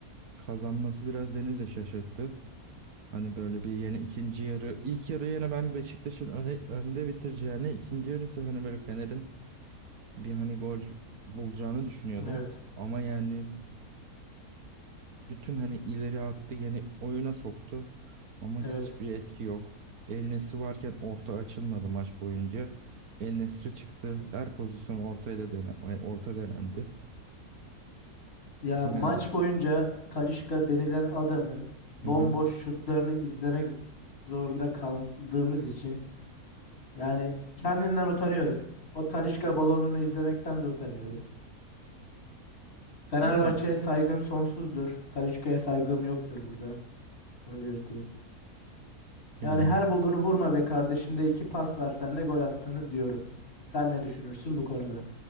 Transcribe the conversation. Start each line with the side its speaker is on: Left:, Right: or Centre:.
Right: Kazanması biraz beni de şaşırttı. Hani böyle bir yeni ikinci yarı ilk yarı yine ben Beşiktaş'ın öne, önde bitireceğini ikinci yarısı hani böyle Fener'in bir hani gol bulacağını düşünüyordum.
Left: Evet.
Right: Ama yani bütün hani ileri attı yani oyuna soktu. Ama
Left: Evet.
Right: hiçbir etki yok. El Nesri varken orta açılmadı maç boyunca. El Nesri çıktı. Her pozisyon orta ile dene, orta denendi.
Left: Ya
Right: Yani.
Left: maç boyunca Talisca denilen adamın bomboş
Right: Hı hı.
Left: şutlarını izlemek zorunda kaldığımız için yani kendimden utanıyorum. O Talisca balonunu izlemekten de utanıyorum. Fenerbahçe'ye
Right: Yani
Left: saygım sonsuzdur. Talisca'ya saygım yoktur burada. Bunu belirteyim.
Right: yani
Left: Yani her bulduğunu vurma be kardeşim de iki pas versen de gol atsanız diyorum. Sen ne düşünürsün bu konuda?